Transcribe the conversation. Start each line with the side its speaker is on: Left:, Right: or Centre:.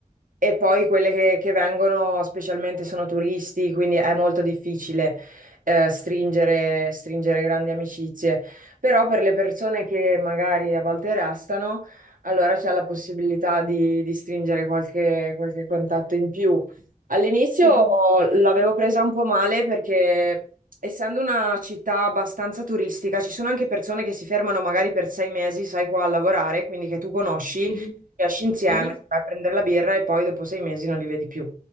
Right: e poi quelle che, che vengono specialmente sono turisti, quindi è molto difficile, eh, stringere, stringere grandi amicizie. Però per le persone che magari a volte restano allora c'è la possibilità di, di stringere qualche, qualche contatto in più. All'inizio
Left: mhm,
Right: l'avevo presa un po' male perché, essendo una città abbastanza turistica, ci sono anche persone che si fermano magari per sei mesi, sai, qua a lavorare, quindi che tu conosci,
Left: mhm,
Right: che esci insieme,
Left: mhm.
Right: vai a prendere la birra e poi dopo sei mesi non li vedi più.